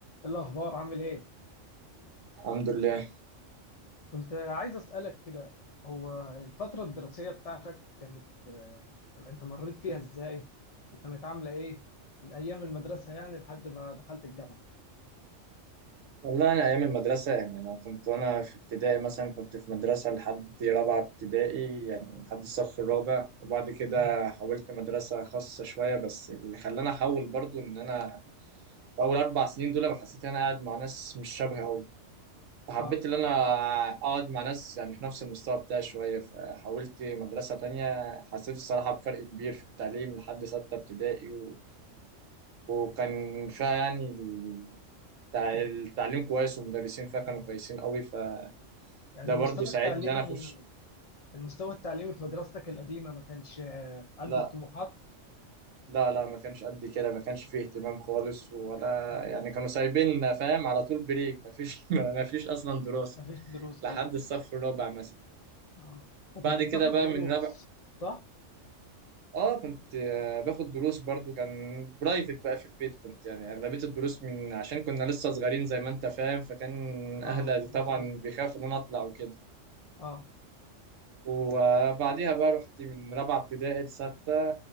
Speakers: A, on the left; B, on the right.
A: إيه الأخبار عامل إيه؟
B: الحمد لله
A: كنت عايز أسألك كده هو الفترة الدراسية بتاعتك كانت آه، أنت مريت فيها إزاي؟ وكانت عاملة إيه؟ من أيام المدرسة يعني لحد ما دخلت الجامعة.
B: والله أنا أيام المدرسة يعني أنا كنت وأنا في ابتدائي مثلا كنت في مدرسة لحد رابعة ابتدائي يعني لحد الصف الرابع وبعد كده
A: مم.
B: حولت مدرسة خاصة شوية بس اللي خلاني أحول برضو إن أنا في أول أربع سنين دول أنا حسيت إن أنا قاعد مع ناس مش شبهي أوي فحبيت
A: آه
B: إن أنا أقعد مع ناس يعني في نفس المستوى بتاعي شوية فحولت مدرسة تانية حسيت الصراحة بفرق كبير في التعليم لحد ستة ابتدائي وكان فيها يعني ال- تع- التعليم كويس والمدرسين فيها كانوا
A: مم.
B: كويسين قوي فده
A: يعني
B: برضو
A: المستوى
B: ساعدني
A: التعليمي
B: ان انا اخش
A: المستوى التعليمي في مدرستك القديمة ما كانش آه، قد
B: لا
A: الطموحات؟
B: لا لا ما كانش قد كده ما كانش فيه اهتمام خالص ولا
A: مم.
B: يعني كانوا سايبيننا فاهم على طول بريك ما فيش <laughs> ما فيش اصلا دراسة
A: ما فيش دروس
B: لحد
A: أصلا.
B: الصف الرابع مثلا
A: آه وكنت
B: بعد
A: بتاخد
B: كده بقى
A: دروس
B: من رابع
A: صح؟
B: اه كنت آه، باخد دروس برضو كان برايفت بقى في البيت كنت يعني اغلبية الدروس من عشان كنا لسه صغيرين زي ما انت فاهم فكان
A: آه
B: اهلي طبعا
A: دروس خاصة.
B: بيخافوا ان انا اطلع وكده
A: آه
B: وبعديها بقى رحت من رابعة ابتدائي لستة